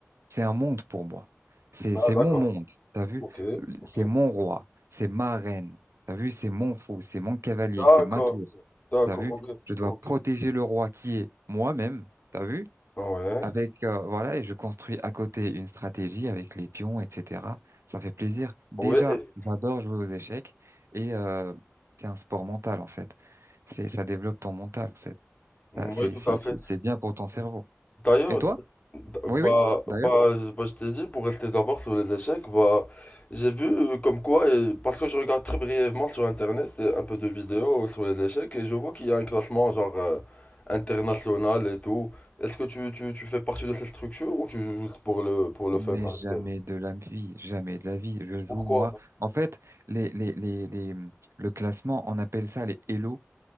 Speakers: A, on the right (about 65°); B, on the left (about 30°).
A: c'est un monde pour moi. C'est
B: Ah,
A: c'est
B: d'accord.
A: mon monde. T'as vu?
B: Ok, ok.
A: C'est mon roi. C'est ma reine. T'as vu? C'est mon fou. C'est mon cavalier.
B: D'accord,
A: C'est ma tour.
B: d'accord,
A: T'as vu?
B: ok,
A: Je dois
B: ok.
A: protéger le roi qui est moi-même. T'as vu?
B: Ouais,
A: Avec euh, voilà et je construis à côté une stratégie avec les pions, etc. Ça fait plaisir. Déjà,
B: ouais, et-
A: j'adore jouer aux échecs et euh, c'est un sport mental en fait. C'est ça développe ton mental. Ça,
B: ouais,
A: C'est
B: tout
A: c'est-
B: à fait.
A: c'est- c'est bien pour ton cerveau.
B: D'ailleurs,
A: Et toi?
B: d-
A: Oui,
B: bah,
A: oui, d'ailleurs.
B: bah, je bah, je t'ai dit, pour rester d'abord sur les échecs, bah, j'ai vu euh, comme quoi, et- parce que je regarde très brièvement sur Internet euh, un peu de vidéos sur les échecs, et je vois qu'il y a un classement genre euh, international et tout. Est-ce que tu, tu, tu fais partie de cette structure ou tu joues juste pour le, pour le
A: Mais
B: fun?
A: jamais
B: avec elle
A: de la vie, jamais de la vie. Je joue,
B: Pourquoi?
A: moi. En fait, les, les, les, les, le classement, on appelle ça les Elo.